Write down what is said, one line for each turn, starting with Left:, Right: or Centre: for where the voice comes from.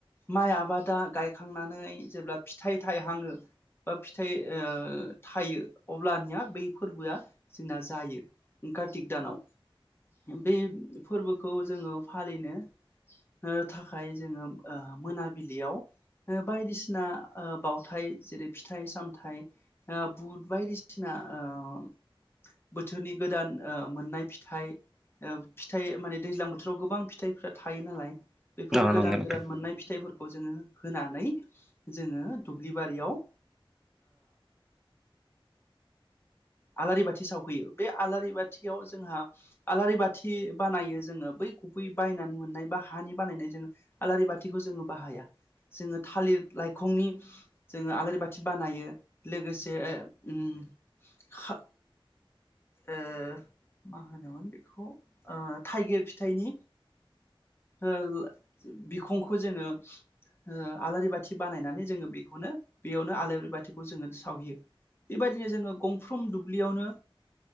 Left: माइ आबादा गायखांनानै जेब्ला फिथाइ थायहाङो बा फिथाइओ थायो अब्लानिया बै फोरबोआ जोंना जायो कार्तिक दानाव बे फोरबो खौ जोङो फालिनो हो थाखाय जोङो ओ मोनाबिलियाव हो बायदिसिना ओ बाउथाइ जेरै फिथाइ-सामथाइ हा बुट बायदिसिना ओ बोथोरनि गोदान ओ मोननाय फिथाइ ओ फिथाइ माने दैज्लां बोथोराव गोबां फिथाइफ्रा थायो नालाय बेफोर
Centre: औ
Left: गोदान
Centre: नंगौ नोंथां
Left: गोदान मोननाय फिथाइफोरख खौ जोङो होनानै जोङो दुब्लि बारियाव ओ आलारि बाथि सावहैयो बे आलारि बाथियाव जोंहा आलारि बाथि बानायो जोङो बै गुबै बायनानै मोननाय बा हानि बानायनाय जोङो आलारि बाथिखौ जोङो बाहाया जोङो थालिर लाइखंनि जोङो आलारि बाथि बानायो लोगोसे ओम हा ओ मा होनोमोन बेखौ ओ थाइगिर फिथाइनि हो ओ बिखंखौ जोङो ओ आलारि बाथि बानायनानै जोङो बेखौनो बेयावनो आलारि बाथिखौ जोङो सावहैयो बेबायदिनो जोङो गंफ्रोम दुब्लियावनो